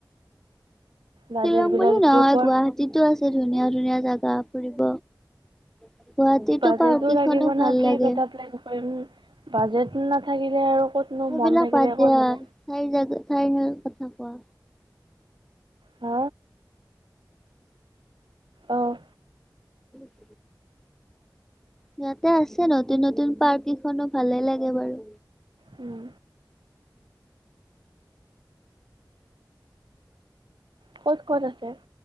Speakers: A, on the right; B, in the centre.
A: বাজেট
B: শ্বিলং
A: বিলাক
B: বুলি নহয়
A: ট্ৰিপৰ
B: গুৱাহাটীতো আছে ধুনীয়া ধুনীয়া জেগা ফুৰিব গুৱাহাটীতো
A: বাজেটো
B: পাৰ্ক কেইখনো
A: লাগিব ন
B: ভাল
A: ট্ৰিপ
B: লাগে
A: এটা প্লেন কৰিম বাজেট নাথাকিলে আৰু ক'তনো
B: সেইবিলাক
A: মন থাকিলে
B: দিয়া
A: ক'ত হ'ব
B: চাৰি জ চাৰি ন কথা কোৱা
A: হ অঁ
B: উ ইয়াতে আছে নতুন নতুন পাৰ্ক কিখনো ভালে লাগে বাৰু
A: উম ক'ত ক'ত আছে